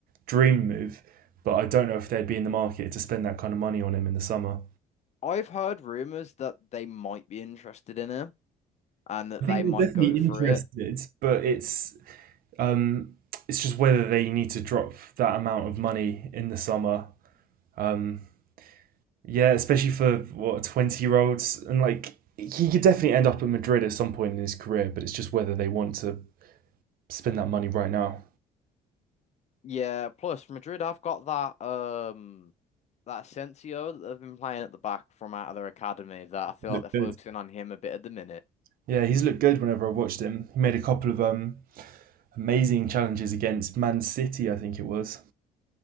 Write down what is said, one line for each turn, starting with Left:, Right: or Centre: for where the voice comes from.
Right: dream move. But I don't know if they'd be in the market to spend that kind of money on him in the summer.
Left: I've heard rumors that they might be interested in him and that
Right: I think
Left: they
Right: they're
Left: might
Right: definitely
Left: go for
Right: interested,
Left: it.
Right: but it's um, it's just whether they need to drop that amount of money in the summer um, Yeah, especially for what twenty year olds, and like he could definitely end up at Madrid at some point in his career, but it's just whether they want to spend that money right now.
Left: Yeah, plus Madrid have got that um that Asensio that they've been playing at the back from out of their academy that I feel
Right: Look
Left: like they're focusing
Right: good.
Left: on him a bit at the minute.
Right: Yeah, he's looked good whenever I've watched him. He made a couple of um amazing challenges against Man City, I think it was.